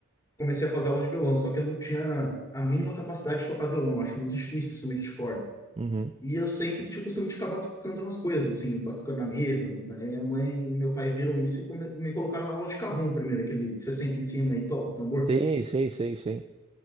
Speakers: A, on the left; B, on the right.
A: comecei a fazer aula de violão, só que eu não tinha a mínima capacidade de tocar violão, eu acho muito difícil instrumento de corda.
B: uhum.
A: E eu sempre tinha o costume de ficar batucando nas coisas, assim, batucando na mesa. Aí Minha mãe e meu pai viram isso e come- e me colocaram na aula de cajón primeiro, aquele que você senta em cima e toca o tambor.
B: Sei, sei, sei, sei.